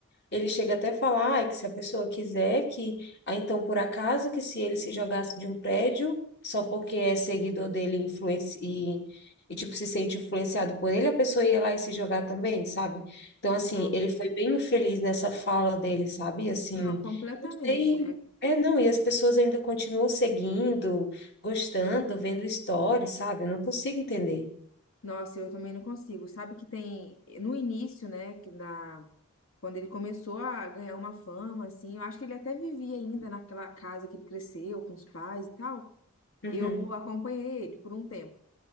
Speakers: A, on the left (about 55°); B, on the left (about 70°).
A: ele chega até a falar "Ai, que se a pessoa quiser que, ah, então por acaso que se ele se jogasse de um prédio, só porque é seguidor dele influenci- e, e tipo se sente influenciado por ele, a pessoa ia lá e se jogar também, sabe? Então assim,
B: Nossa.
A: ele foi bem infeliz nessa fala dele, sabe? Assim,
B: Não, completamente,
A: não sei,
B: né?
A: é não, e as pessoas ainda continuam seguindo, gostando, vendo stories, sabe? Eu não consigo entender.
B: Nossa, eu também não consigo. Sabe que tem no início, né, que na quando ele começou a ganhar uma fama assim, eu acho que ele até vivia ainda naquela casa que ele cresceu com os pais e tal.
A: Uhum,
B: Eu acompanhei ele por um tempo.